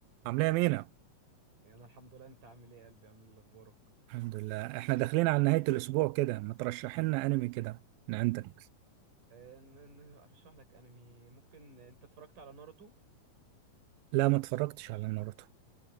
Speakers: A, on the right (about 85°); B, on the right (about 60°).
A: عاملة يا مينا
B: يعني انا الحمد لله انت عامل ايه يا قلبي عامل ايه اخبارك
A: الحمد لله احنا داخلين على نهاية الأسبوع كده ما ترشح لنا أنمي كده من عندك
B: آه، ن- ن- ارشح لك انمي ممكن انت اتفرجت على ناروتو
A: لا ما اتفرجتش على ناروتو